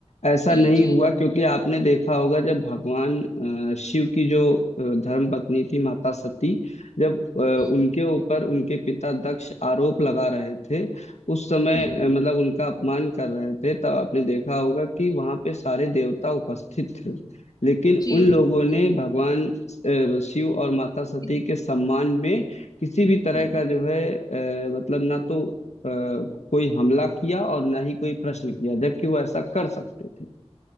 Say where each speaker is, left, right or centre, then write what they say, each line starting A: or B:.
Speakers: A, on the left; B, on the left.
A: ऐसा
B: जी
A: नहीं
B: जी
A: हुआ क्योंकि आपने देखा होगा जब भगवान अ, शिव की जो अ, धर्म पत्नी थी माता सती जब अ,
B: हुँ,
A: उनके ऊपर उनके पिता दक्ष आरोप लगा रहे थे उस समय
B: हुँ,
A: अ, मतलब उनका अपमान कर रहे थे तब आपने देखा होगा कि वहां पे सारे देवता उपस्थित थे लेकिन
B: जी
A: उन लोगों ने
B: जी,
A: भगवान अ, शिव और माता सती
B: जी,
A: के सम्मान में किसी भी तरह
B: हुँ,
A: का जो है अ, मतलब ना तो अ, कोई हमला किया और ना ही कोई प्रश्न किया जबकि वो ऐसा कर सकते थे